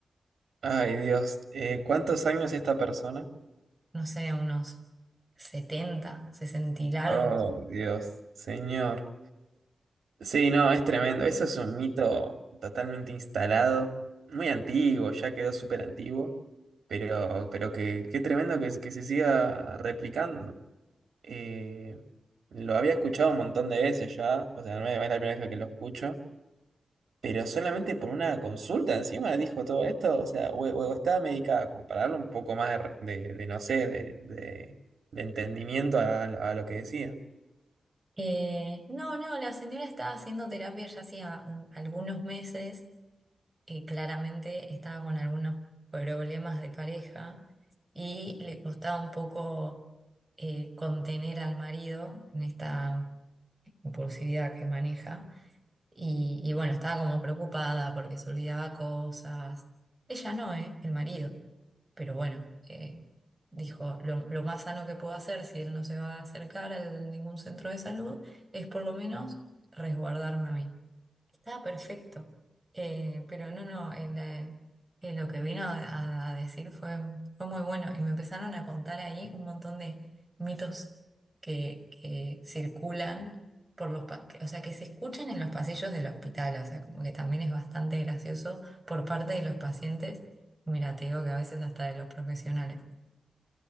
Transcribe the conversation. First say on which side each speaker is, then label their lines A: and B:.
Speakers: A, on the right; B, on the right.
A: Ay Dios, eh, ¿cuántos años esta persona?
B: No sé, unos setenta 60 y largos.
A: Oh Dios, señor. Sí, no, es tremendo, eso es un mito totalmente instalado, muy antiguo, ya quedó súper antiguo, pero, pero que, qué tremendo que, que se siga replicando. Eh, lo había escuchado un montón de veces ya, o sea, no es no es la primera vez que lo escucho, pero solamente por una consulta encima dijo todo esto, o sea, o, o estaba medicada, como para darle un poco más de, re- de- de, no sé, de, de- de entendimiento a, a lo que decía.
B: Eh, no, no, la señora estaba haciendo terapia ya hacía un- algunos meses, eh, claramente estaba con algunos problemas de pareja y le costaba un poco eh, contener al marido en esta impulsividad que maneja. Y, y bueno, estaba como preocupada porque se olvidaba cosas. Ella no, ¿eh? El marido. Pero bueno, eh, dijo, lo, lo más sano que puedo hacer si él no se va a acercar a ningún centro de salud es por lo menos resguardarme a mí. Estaba perfecto. Eh, pero no, no, el, eh, eh, lo que vino a, a decir fue, fue muy bueno y me empezaron a contar ahí un montón de mitos que, que circulan por los, pa- que- o sea, que se escuchan en los pasillos del hospital, o sea, como que también es bastante gracioso por parte de los pacientes. y Mira, te digo que a veces hasta de los profesionales.